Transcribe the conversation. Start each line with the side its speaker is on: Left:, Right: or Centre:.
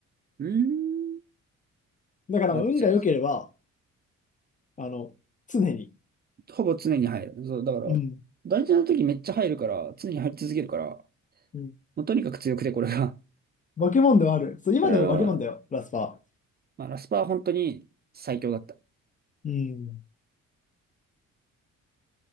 Right: うーん。
Left: だから、
Right: あ、
Left: 運が良ければ、
Right: じゃあ、
Left: あの、常に。
Right: ほぼ常に入る。そう、だから、
Left: うん。
Right: 大事な時めっちゃ入るから、常に入り続けるから、
Left: うん。
Right: もうとにかく強くて、これが。
Left: 化け物ではある。そう、今でも化け物だよ、
Right: これは、
Left: ラスパ
Right: まあ、ラスパは本当に最強だった。
Left: ー。うん。